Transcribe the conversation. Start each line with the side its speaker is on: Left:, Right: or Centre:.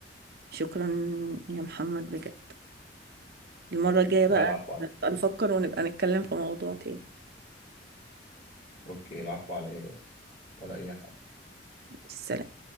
Right: شكرا يا محمد بجد المرة الجاية
Left: لا
Right: بقى
Left: العفو عليا
Right: نبقى نفكر ونبقى نتكلم في موضوع تاني
Left: أوكي العفو عليا بس ولا أي حاجة
Right: السلام